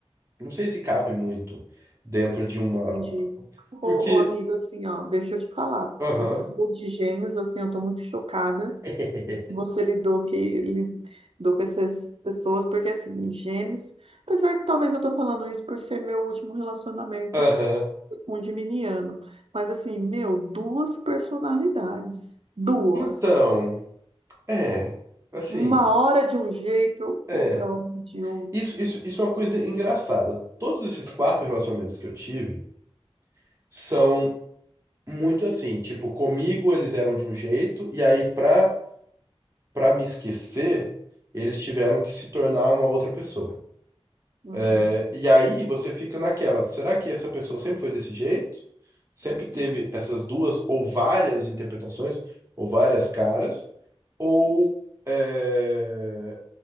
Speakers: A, on the right; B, on the right.
A: não sei se cabe muito dentro de uma,
B: entendi. Ô,
A: porque,
B: ô, amigo, assim, ó, deixa eu te falar.
A: aham,
B: Você falou de gêmeos, assim, eu tô muito chocada.
A: <laughs>
B: Você lidou que lidou com essas pessoas, porque assim, gêmeos, apesar que talvez eu tô falando isso por ser meu último relacionamento
A: aham.
B: com um geminiano. Mas assim, meu, duas personalidades. Duas.
A: Então, é, assim,
B: Uma hora de um jeito,
A: é.
B: outra hora de outro.
A: Isso, isso, isso é uma coisa engraçada. Todos esses quatro relacionamentos que eu tive são muito assim, tipo, comigo eles eram de um jeito, e aí pra, pra me esquecer, eles tiveram que se tornar uma outra pessoa.
B: Uhum.
A: É, E aí você fica naquela, será que essa pessoa sempre foi desse jeito? Sempre
B: Sim.
A: teve essas duas ou várias interpretações, ou várias caras, ou é,